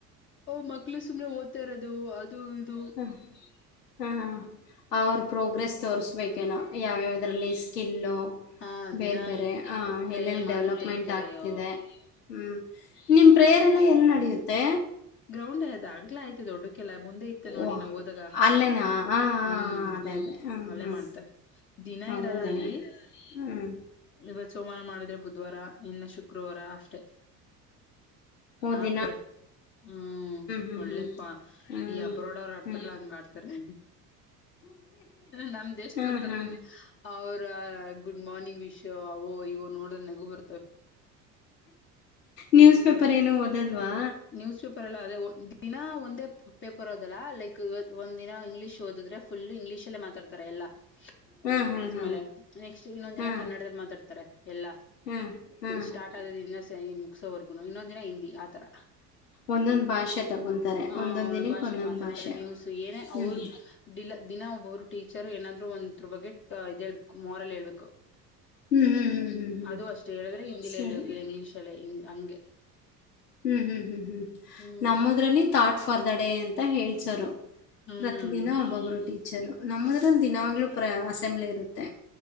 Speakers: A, on the left; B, on the left.
A: ಅವು ಮಕ್ಳ ಸುಮ್ನೆ ಓದ್ತಾ ಇರೋದು ಅದು ಇದು
B: ಹ್ಮ್ ಹಾ ಅವ್ರ ಪ್ರೋಗ್ರೆಸ್ ತೋರಿಸ್ಬೇಕೇನೋ ಯಾವ್ಯಾವದ್ರಲ್ಲಿ ಸ್ಕಿಲ್ಲು
A: ಹಾ
B: ಬೇರೆ
A: ದಿನಾ
B: ಬೇರೆ ಆ
A: ಪ್ರೇಯರ್
B: ಎಲ್ಲೆಲ್ಲಿ
A: ಮಾಡುದ
B: ಡೆವಲಪ್ಮೆಂಟ್
A: ತಗಿತಾರಯೋ
B: ಆಗ್ತಿದೆ ಹ್ಮ್ ನಿಮ್ ಪ್ರೇರ್ ಎಲ್ಲ ಎಲ್ಲಿ ನಡೆಯುತ್ತೆ
A: ಗ್ರೌಂಡ್ ಅದು ಅಗಲ ಆಯ್ತೆ ದೊಡ್ಡ ಕಲ್ಲ ಮುಂದೆ ಇತ್ತು ನೋಡಿ
B: ಓ
A: ನಾವ ಹೋದಾಗ
B: ಅಲ್ಲೇನಾ ಹಾ ಹಾ
A: ಹ್ಮ್
B: ಹಾ, ಅದೇ ಅದೇ ಹ್ಮ್
A: ಅಲ್ಲೆ
B: ಹ್ಮ್
A: ಮಾಡ್ತಾರೆ ದಿನ ಇರಲ್ಲ
B: ಹೌದಾ
A: ಅಲ್ಲಿ
B: ಹ್ಮ್
A: ಇವತ್ತು ಸೋಮವಾರ ಮಾಡುದು ಬುಧವಾರ ಇನ್ನ ಶುಕ್ರವಾರ ಅಷ್ಟೆ
B: ಓ
A: ಆಪ್ರೆ
B: ದಿನ
A: ಹ್ಮ್
B: ಹ್ಮ್
A: ಒಳ್ಳೆ
B: ಹ್ಮ್
A: ಪ
B: ಹ್ಮ್
A: ಈ ಅಬ್ರೋಡ ಅವರು ಆಡ್ತಾರಲ್ಲ
B: ಹ್ಮ್
A: ಹಂಗ ಆಡ್ತಾರೆ ನಮ ದೇಶ
B: ಹಾ
A: ತೋರ್ತಾರ
B: ಹಾ
A: ಅವ್ರ ಗುಡ್ ಮಾರ್ನಿಂಗ್ ವಿಶ್ ಅವೋ ಇವು ನೋಡಿದ್ರೆ ನಗು ಬರ್ತವೆ
B: ನ್ಯೂಸ್
A: ಹ್ಮ್
B: ಪೇಪರ್ ಏನು ಓದಲ್ಲವಾ
A: ನ್ಯೂಸ್ ಪೇಪರ್ಲ್ಲ ಅದೇ ದಿನ ಒಂದೇ ಪೇಪರ್ ಹೋದಲ್ಲಾ ಲೈಕ್ ಒಂದ್ ದಿನ ಇಂಗ್ಲೀಷ್ ಓದಿದ್ರೆ ಫುಲ್ ಇಂಗ್ಲೀಷ್ಲೇ ಮಾತಾಡ್ತಾರೆ ಎಲ್ಲಾ
B: ಹಾ
A: ಸ್ಟೇಜ
B: ಹಾ ಹಾ
A: ಮೇಲೆ ನೆಕ್ಸ್ಟ್ ಇನ್ನೊಂದ ದಿನ
B: ಹಾ
A: ಕನ್ನಡದಲ್ಲಿ ಮಾತಾಡ್ತಾರೆ ಎಲ್ಲಾ
B: ಹಾ ಹಾ
A: ಸ್ಟಾರ್ಟ್ ಆದ ದಿನ ಮುಗಸೋವರ್ಗೂನು ಇನ್ನೊಂದ ದಿನ ಹಿಂದಿ ಆತರ
B: ಒಂದೊಂದು ಭಾಷೆ ತಗೊಂತಾರೆ
A: ಆ
B: ಒಂದೊಂದು
A: ಒಂದ್
B: ದಿನಕ್ಕೆ
A: ಭಾಷೆಯಲ್ಲಿ
B: ಒಂದೊಂದು
A: ಮಾತಾಡ್ತಾರೆ
B: ಭಾಷೆ
A: ನ್ಯೂಸ್ ಏನೇ
B: ಹ್ಮ್
A: ಅವ್ರು ಡಿಲ ದಿನ ಒಬ್ಬೊಬ್ರು ಟೀಚರ್ ಏನಾದ್ರು ಒಂದ್ರ ಬಗ್ಗೆ ಇದ್ ಹೇಳ್ ಮೋರಲ್ ಹೇಳ್ಬೇಕು
B: ಹ್ಮ್ ಹ್ಮ್ ಹ್ಮ್ ಹ್ಮ್ ಹ್ಮ್.
A: ಅದು ಅಷ್ಟು ಹೇಳಿದ್ರೆ ಹಿಂದಿಲ
B: ಸರಿ.
A: ಹೇಳ್ಬೇಕು ಇಂಗ್ಲಿಷಲ್ಲೇ ಹಿಂದಿ ಹಂಗೆ
B: ಹ್ಮ್ ಹ್ಮ್ ಹ್ಮ್ ಹ್ಮ್
A: ಹ್ಮ್
B: ನಮ್ಮದ್ರಲ್ಲಿ ಥಾಟ್ ಫಾರ್ ದ ಡೇ ಅಂತ ಹೇಳ್ಸರು
A: ಹ್ಮ್
B: ಪ್ರತ ದಿನ ಒಬ್ಬೊಬ್ರು ಟೀಚರು ನಮ್ಮದ್ರ ದಿನವಾಗ್ಲು ಪ್ರ ಅಸೆಂಬ್ಲಿ ಇರುತ್ತೆ